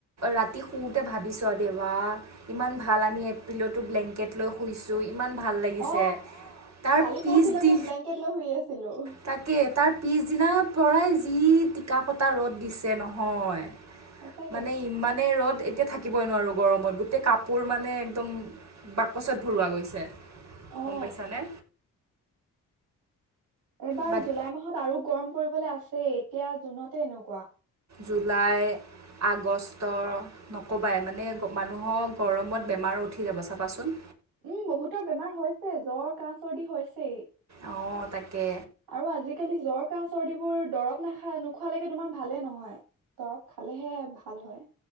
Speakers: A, on the right (about 50°); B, on the right (about 80°).
A: ৰাতি শুওঁতে ভাবিছোঁ আৰু দেৱা ইমান ভাল আমি এপ্ৰিলতো ব্লেংকেট লৈ শুইছোঁ ইমান ভাল লাগিছে
B: অ
A: তাৰ
B: কালি
A: পিছদি
B: পৰহি লৈকে ব্লেংকেট লৈ শুই আছিলো
A: তাকে তাৰ পিছদিনাৰ পৰাই যি টিকা ফটা ৰ'দ দিছে নহয়
B: সঁচাকে
A: মানে ইমানে ৰদ এতিয়া থাকে শিকিব নোৱাৰো গৰমত গোটেই কাপোৰ মানে একদম বাকচত ভৰোৱা গৈছে
B: অ
A: গম পাইছানে
B: এইবাৰ
A: বাকী
B: জুলাই মাহত আৰু গৰম পৰিবলৈ আছে এতিয়া জুনতে এনেকুৱা
A: জুলাই আগষ্ট নক'বাই মানে মানুহৰ গৰমত বেমাৰ উঠি যাব চাবাচোন
B: উম বহুতৰ বেমাৰ হৈছে জ্বৰ কাহ চৰ্দি হৈছেই
A: অ তাকে
B: আৰু আজিকালি জ্বৰ কাহ চৰ্দিবোৰ দৰব নাখা নোখোৱালৈকে তোমাৰ ভালে নহয় দৰৱ খালেহে ভাল হয়